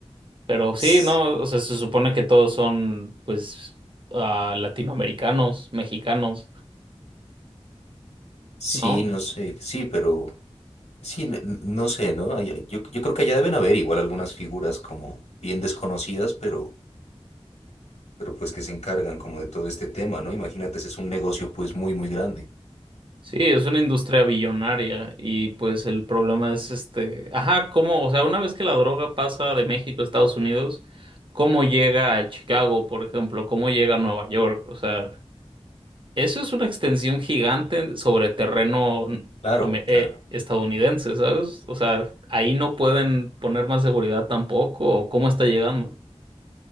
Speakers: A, on the right; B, on the left.
A: Pero sí,
B: S-
A: no, o sea, se supone que todos son, pues, ah, latinoamericanos, mexicanos,
B: Sí,
A: ¿no?
B: no sé, sí, pero... Sí, n- n- no sé, ¿no? Allá- yo, yo creo que allá deben haber igual algunas figuras como bien desconocidas, pero, pero pues que se encargan como de todo este tema, ¿no? Imagínate, ese es un negocio pues muy, muy grande.
A: Sí, es una industria billonaria y pues el problema es este, ajá, cómo, o sea, una vez que la droga pasa de México a Estados Unidos, ¿cómo llega a Chicago, por ejemplo? ¿Cómo llega a Nueva York? O sea, eso es una extensión gigante sobre terreno
B: Claro,
A: ame-
B: claro.
A: eh, estadounidense, ¿sabes? O sea, ahí no pueden poner más seguridad tampoco, ¿o ¿cómo está llegando?